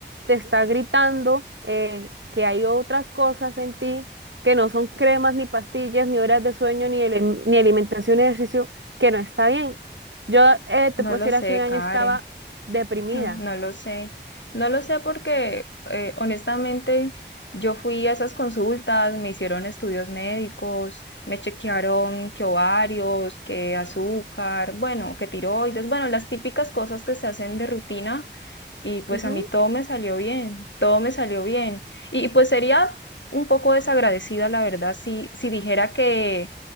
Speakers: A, on the right; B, on the left.
A: te está gritando eh, que hay otras cosas en ti que no son cremas, ni pastillas, ni horas de sueño, ni, ele- ni alimentación y ejercicio, que no está bien. Yo eh, te
B: no
A: puedo
B: lo
A: decir,
B: sé,
A: hace un año
B: Karen.
A: estaba
B: <laughs>
A: deprimida.
B: Hmm, No lo sé, no lo sé porque eh, honestamente yo fui a esas consultas, me hicieron estudios médicos, me chequearon que ovarios, que azúcar, bueno, que tiroides, bueno, las típicas cosas que se hacen de rutina y pues
A: Ujú.
B: a mí todo me salió bien, todo me salió bien. Y, y, pues sería un poco desagradecida, la verdad, si, si dijera que,